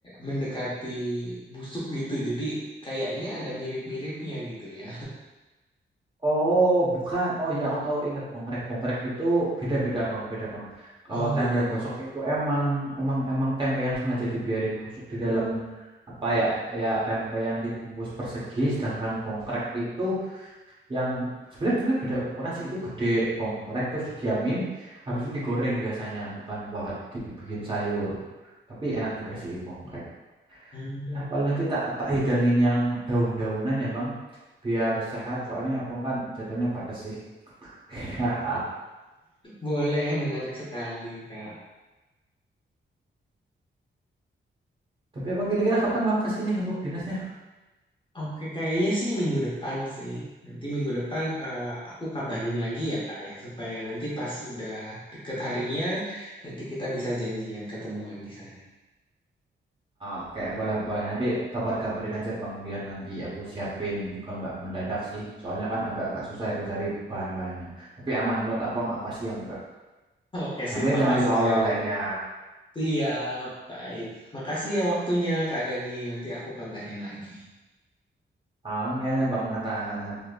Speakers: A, on the left; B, on the right.
A: mendekati busuk gitu. Jadi kayaknya ada mirip-miripnya gitu ya.
B: Oh, bukan. Oh ya, aku tahu ingat bongrek bongrek itu beda-beda, Bang. Beda, Bang. Kalau
A: Oh, beda
B: tempe
A: ya.
B: bosok itu emang emang emang tempe yang sengaja dibiarin busuk di dalam apa ya? Ya tempe yang dibungkus persegi, sedangkan bongkrek itu yang sebenarnya mungkin beda ukuran sih. Itu gede bongkrek terus didiamin, habis itu digoreng biasanya, bukan buat dibikin sayur. Tapi enak juga sih bongkrek.
A: Hmm,
B: Ya paling nanti tak tak hidangin yang daun-daunan ya, Bang. Biar sehat, soalnya abang kan jatuhnya padat sih. <laughs> Haha,
A: boleh, menarik sekali, Kak.
B: Tapi abang kira-kira kapan bang ke sini untuk dinasnya?
A: Oke, kayaknya sih minggu depan sih. Nanti minggu depan eh, aku kabarin lagi ya, Kak, ya supaya nanti pas udah deket harinya nanti kita bisa janjian ketemuan di sana.
B: Oke, boleh boleh. Nanti kabar-kabarin aja bang, biar nanti aku siapin juga nggak mendadak sih. Soalnya kan agak-agak susah itu cari bahan-bahannya. Tapi aman buat abang apa sih yang enggak.
A: Oke, sip,
B: Yang penting
A: makasih
B: jangan lupa oleh-olehnya.
A: ya. Siap, baik. Makasih ya waktunya, Kak Dani. Nanti aku kabarin lagi.
B: Oke, deh, bang Nathan.